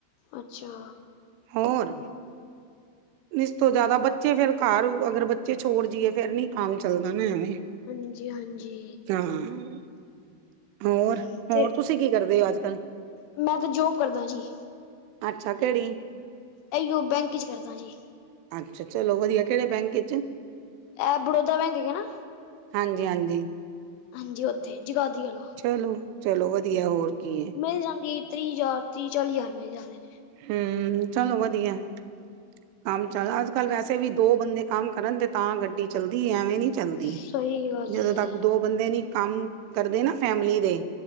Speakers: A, on the left; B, on the right.
A: ਅੱਛਾ
B: ਹੋਰ ਇਸ ਤੋਂ ਜਿਆਦਾ ਬੱਚੇ ਫੇਰ ਘਰ ਅਗਰ ਚੇ ਛੋੜ ਜਈਏ ਫੇਰ ਨੀ ਕੰਮ ਚੱਲਦਾ ਨਾ ਐਵੇਂ
A: ਹਾਂਜੀ ਹਾਂਜੀ
B: ਹਾਂ ਹੋਰ
A: ਹਮ ਤੇ
B: ਹੋਰ ਤੁਸੀਂ ਕੀ ਕਰਦੇ ਹੋ ਅੱਜ ਕੱਲ
A: ਮੈਂ ਤੇ ਜੋਬ ਕਰਦਾ ਜੀ
B: ਅੱਛਾ ਕਿਹੜੀ
A: ਇਓ ਬੈਂਕ 'ਚ ਕਰਦਾ ਜੀ
B: ਅੱਛਾ ਚਲੋ ਵਧੀਆ ਕਿਹੜੇ ਬੈਂਕ ਚ
A: ਇਹ ਬੜੌਦਾ ਹੈਗਾ ਨਾ
B: ਹਾਂਜੀ ਹਾਂਜੀ।
A: ਹਾਂਜੀ ਔਥੇ ਜਗਾਦਰੀ ਆਲਾ।
B: ਚਲੋ, ਚਲੋ ਵਧੀਆ ਹੋਰ ਕੀ ਏ।
A: ਮਿਲ ਜਾਂਦੀ ਤ੍ਰੀਹ ਹਜ਼ਾਰ ਤੀਹ ਚਾਲੀ ਹਜ਼ਾਰ ਮਿਲ ਜਾਂਦੇ ਨੇ।
B: ਹੂੰ ਚਲੋ ਵਧੀਆ ਐ। ਕੰਮ ਚੱਲ ਅੱਜ ਕੱਲ ਵੈਸੇ ਵੀ ਦੋ ਬੰਦੇ ਕੰਮ ਕਰਨ ਤੇ ਤਾਂ ਗੱਡੀ ਚੱਲਦੀ ਏ ਐਵੇਂ ਨੀ ਚੱਲਦੀ
A: ਸਹੀ ਗੱਲ ਹੈ
B: ਜਦੋਂ
A: ਜੀ
B: ਤੱਕ ਦੋ ਬੰਦੇ ਨੀ ਕੰਮ ਕਰਦੇ ਨਾ ਫੈਮਲੀ ਦੇ